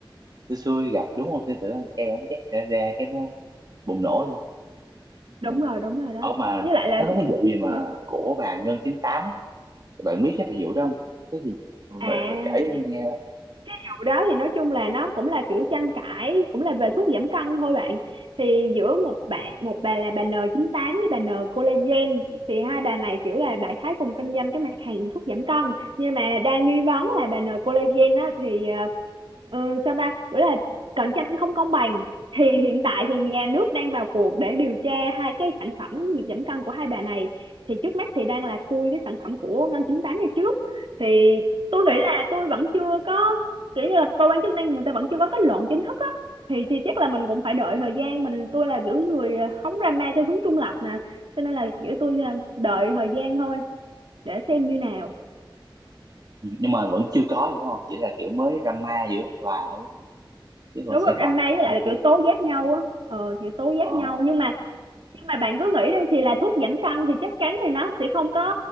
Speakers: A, on the right (about 50°); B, on the right (about 75°).
A: xui xui gặp đúng không sư tử ăn chay ổng check ra ra cái nó bùng nổ luôn
B: đúng
A: Ừ.
B: rồi đúng rồi đó
A: Ở mà
B: với lại là
A: nó có
B: tôi...
A: cái vụ gì mà
B: hả
A: của bà Ngân chín tám ấy. Bạn biết cái bà vụ đó không? Cái gì mà
B: à
A: bạn kể cho em nghe
B: đầu đó thì nói chung là nó cũng là kiểu tranh cãi cũng là về thuốc giảm cân thôi bạn thì giữa một bạn một bà là bà en chín tám với bà N collagen thì hai bà này kiểu là đại khái cùng kinh doanh cái mặt hàng thuốc giảm cân nhưng mà đang nghi vấn là bà N collagen á thì ờ, ờ, sao ta kiểu là cạnh tranh không công bằng thì hiện tại thì nhà nước đang vào cuộc để điều tra hai cái sản phẩm giảm cân của hai bà này thì trước mắt thì đang là khui cái sản phẩm của Ngân chín tám này trước thì tôi nghĩ là tôi vẫn chưa có kiểu như là cơ quan chức năng người ta vẫn chưa có kết luận chính thức á thì thì chắc là mình cũng phải đợi thời gian mình tôi là kiểu người hóng drama theo hướng trung lập nè cho nên là kiểu tôi là đợi thời gian thôi để xem như nào
A: Ừ, nhưng mà vẫn chưa có gì đúng không? Chỉ là kiểu mới drama giữa hai bà thôi đúng không? Chứ còn
B: đúng
A: sản
B: rồi drama
A: phẩm thì
B: với
A: cũng
B: lại là
A: chưa
B: kiểu tố giác nhau á ờ kiểu tố giác
A: có.
B: nhau nhưng mà nhưng mà bạn cứ nghĩ đi thì là thuốc giảm cân thì chắc chắn thì nó sẽ không có